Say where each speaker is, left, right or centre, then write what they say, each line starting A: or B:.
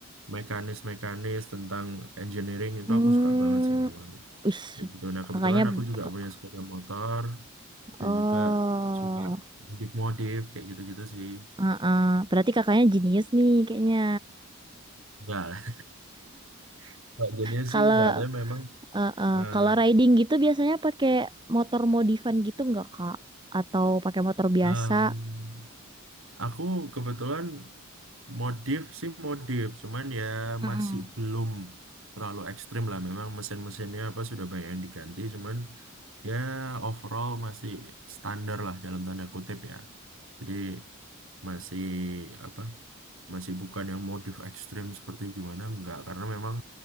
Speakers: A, on the right (about 65°); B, on the right (about 20°).
A: mekanis-mekanis tentang engineering
B: <laughs>
A: itu
B: hmm,
A: aku suka banget sih memang.
B: wis,
A: kayak gitu. Nah, kebetulan
B: kakaknya,
A: aku juga
B: k-
A: punya sepeda motor dan
B: oh,
A: juga suka modif-modif kayak gitu-gitu sih.
B: uh-uh. Berarti kakaknya jenius nih kayaknya.
A: Enggak lah. <laughs> Kalau dunia
B: Kalau
A: sih enggak, tapi memang
B: uh-uh.
A: eh,
B: Kalau riding gitu biasanya pakai motor modifan gitu nggak kak? Atau pakai motor biasa?
A: em, aku kebetulan Modif sih modif, cuman ya
B: Mm-mm.
A: masih belum terlalu ekstrim lah. Memang mesin-mesinnya apa sudah banyak yang diganti, cuman ya overall masih standar lah dalam tanda kutip ya. Jadi masih apa? Masih bukan yang modif ekstrim seperti gimana enggak, karena memang